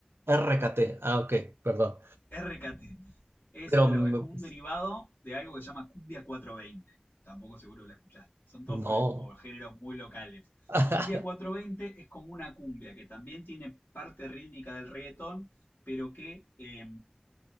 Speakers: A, on the right; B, on the left.
A: RKT. Ah, ok, perdón.
B: RKT. Es,
A: Pero
B: lo,
A: mm,
B: es como
A: pues,
B: un derivado de algo que se llama Cumbia cuatrocientos veinte. Tampoco seguro que la escuchaste. Son todos
A: no.
B: fe- como géneros muy locales.
A: <laughs>
B: Cumbia cuatrocientos veinte es como una cumbia que también tiene parte rítmica del reggaetón, pero que eh,